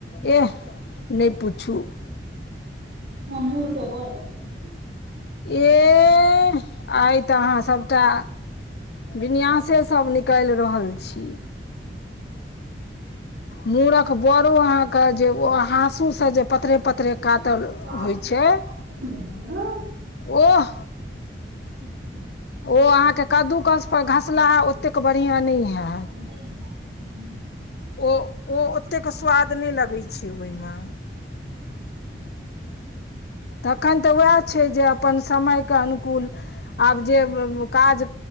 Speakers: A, on the left; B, on the right.
A: येह नै पूछू
B: हम मुरके बड़ बनेने रहौं
A: एह आइ तऽ अहाँ सभटा विन्यासे सब निकाल रहल छी मूरक बरो अहाँके जे हाँसू से जे पतरे पतरे पातर
B: काचू
A: होइ छै,
B: आ तखन जे बनाउ
A: ओह!
B: <unintelligible>
A: ओ अहाँकेँ कद्दू कस पर घसलाहा ओतेक बढ़िया नहि हैत
B: नहि हैत ओतेक नीक नै हैत
A: ओ ओतेक स्वाद नै लगैछै ओइमे
B: <unintelligible>
A: अखन तऽ उएह छै जे अपन समय के अनुकूल आब
B: हँ
A: जे काज